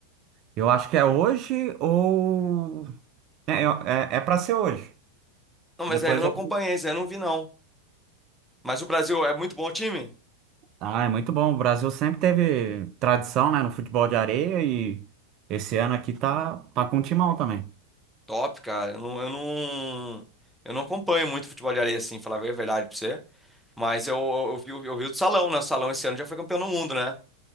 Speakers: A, on the right; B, in the centre.
A: eu acho que é hoje ou. É, eu- é, é para ser hoje.
B: Não, mas
A: Depois
B: aí eu não
A: eu
B: acompanhei, isso aí eu não vi, não. Mas o Brasil é muito bom time?
A: Ah, é muito bom. O Brasil sempre teve tradição, né, no futebol de areia e esse ano aqui tá, tá com um timão também.
B: Top, cara. Eu não, eu não, eu não acompanho muito futebol de areia assim, falar bem a verdade pra você. Mas eu, eu, eu vi, o- eu vi o do Salão, né? O Salão esse ano já foi campeão do mundo, né?